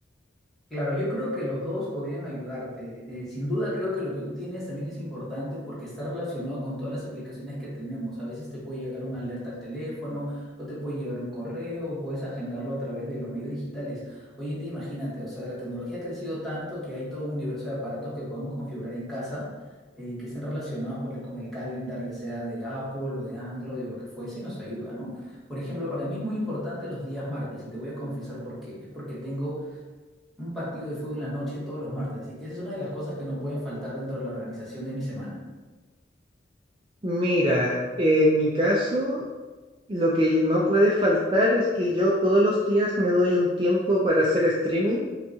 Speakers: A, in the centre; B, on the right.
A: Claro, yo creo que los dos podrían ayudarte. Eh, sin duda creo que lo que tú tienes también es importante porque está relacionado con todas las aplicaciones que tenemos. A veces te puede llegar una alerta al teléfono o te puede llegar un correo o puedes agendarlo a través de los medios digitales. Hoy en día imagínate, o sea, la tecnología ha crecido tanto que hay todo un universo de aparatos que podemos configurar en casa eh, que estén relacionados por el- con el calendar, ya sea de Apple o de Android o lo que fuese, y nos ayuda, ¿no? Por ejemplo, para mí es muy importante los días martes y te voy a confesar por qué. Es porque tengo un partido de fútbol en la noche todos los martes. Así que esa es una de las cosas que no pueden faltar dentro de la organización de mi semana.
B: Mira, en mi caso... Lo que no puede faltar es que yo todos los días me doy un tiempo para hacer streaming